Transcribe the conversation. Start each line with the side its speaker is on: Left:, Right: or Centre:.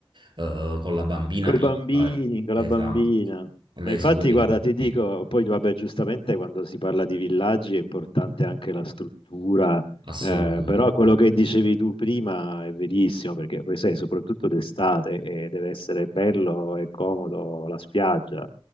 Right: eh, con la bambina
Left: Con
Right: piccola,
Left: i bambini, con
Right: esatto,
Left: la bambina.
Right: lei
Left: Ma infatti,
Right: si vuole
Left: guarda,
Right: divertire,
Left: ti dico, poi vabbè, giustamente quando si parla di villaggi è importante anche la struttura,
Right: assolutamente,
Left: eh, però quello che dicevi tu prima è verissimo, perché poi sai, soprattutto d'estate, eh, deve essere bello e comodo la spiaggia,